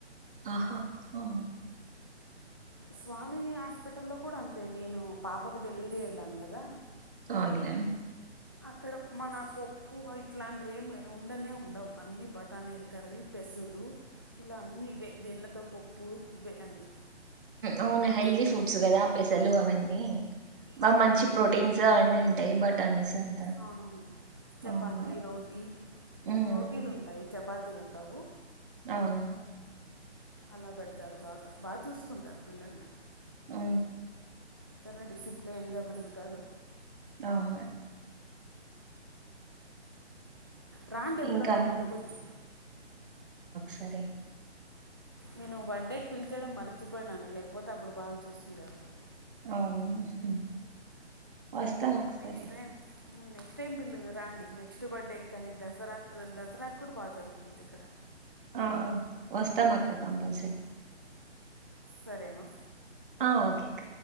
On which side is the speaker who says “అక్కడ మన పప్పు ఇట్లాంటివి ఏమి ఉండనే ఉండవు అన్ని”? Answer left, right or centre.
Right